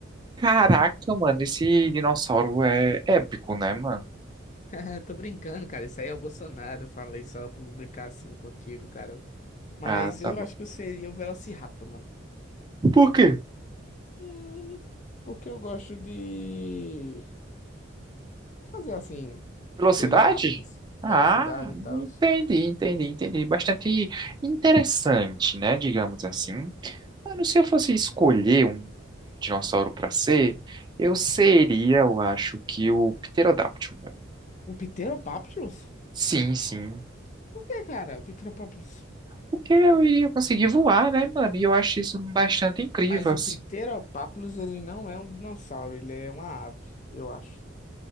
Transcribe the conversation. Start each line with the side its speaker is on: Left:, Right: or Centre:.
Right: Caraca, mano, esse dinossauro é épico, né, mano?
Left: <laughs> Tô brincando, cara. Isso aí é o Bolsonaro. Falei só por brincar assim contigo, cara. Mas
Right: Ah,
Left: eu
Right: tá bom.
Left: acho que eu seria o Velociraptor, mano.
Right: Por quê?
Left: Hum, porque eu gosto de fazer assim,
Right: Velocidade?
Left: coisas rápidas,
Right: Ah,
Left: velocidade e tal.
Right: entendi, entendi, entendi. Bastante interessante, né, digamos assim. Mano, se eu fosse escolher um dinossauro pra ser, eu seria, eu acho que o pterodáctilo.
Left: O Pteropapilus?
Right: Sim, sim.
Left: Por que, cara? O Pteropapilus.
Right: Porque eu iria conseguir voar, né, mano? E eu acho isso bastante incrível,
Left: Mas
Right: assim.
Left: o Pteropapilus, ele não é um dinossauro, ele é uma ave, eu acho.